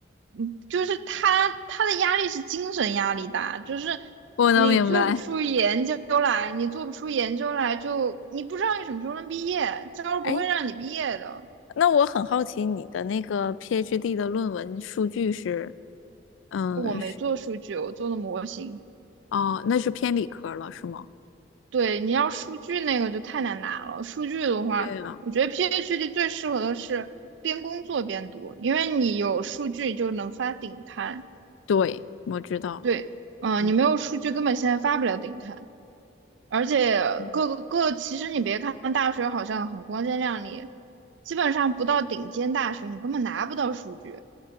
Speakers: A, on the right; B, on the left.
A: 嗯就是他他的压力是精神压力大，就是
B: 我能明白。
A: 你做不出研究来，你做不出研究来就你不知道你什么时候能毕业，教授不会让你毕业的。
B: 哎，那我很好奇你的那个 PhD 的论文数据是，嗯，
A: 我没做数据，
B: 是
A: 我做了模型。
B: 哦，那是偏理科了是吗？
A: 对，你要数据那个就太难拿了。数据的话，
B: 对呀，
A: 我觉得 PhD 最适合的是边工作边读，因为你有数据就能发顶刊。
B: 对，我知道。
A: 对，嗯、
B: 嗯
A: 你没有数据根本现在发不了顶刊。而且各个各，
B: 嗯，
A: 其实你别看大学好像很光鲜亮丽，基本上不到顶尖大学，你根本拿不到数据。